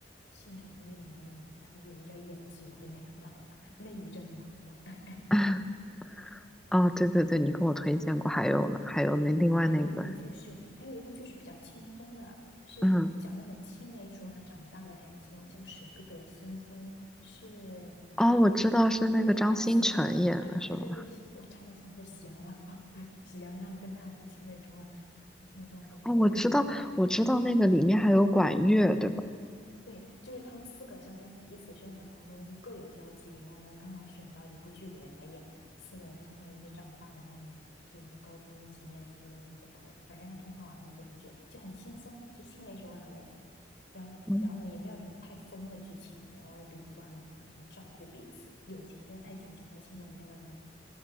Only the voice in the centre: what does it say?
<laughs> 哦，对对对，你跟我推荐过，还有呢，还有那另外那个，
嗯，
哦，我知道是那个张新成演的，
是吧？
哦，我知道，
我知道那个里面还有管乐，对吧？
嗯